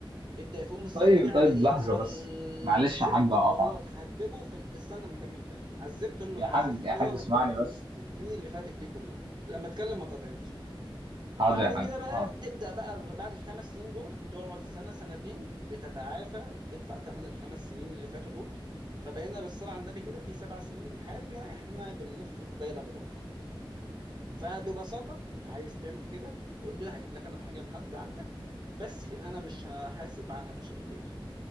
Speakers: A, on the right; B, on the right.
A: يبدأ يفوق من الصدمة
B: طيب
A: دي على
B: طيب
A: ايه؟
B: لحظة
A: على
B: بس
A: الزفت
B: معلش يا حاج أقطعك
A: اللي هو هتببه في ال... استنى ما اكمل كلام على الزفت اللي
B: يا
A: على
B: حاج
A: الزفت
B: يا
A: اللي
B: حاج
A: هو هتببه
B: اسمعني
A: في,
B: بس
A: الخ- في السنين اللي فاتت دي كلها لما اتكلم ما تقاطعنيش
B: حاضر
A: بعد
B: يا حاج
A: كده بقى
B: حاضر
A: تبدأ بقى بعد الخمس سنين دول تقعد سنة سنتين بتتعافى وبتدفع ثمن الخمس سنين اللي فاتوا دول فبقينا بالصلاة على النبي كده في سبع سنين من حياتنا احنا بنلف في دايرة مغلقة فببساطة عايز تعمل كده قول لي هجيب لك انا الحاجة لحد عندك بس انا مش هحاسب على مشاريب غيري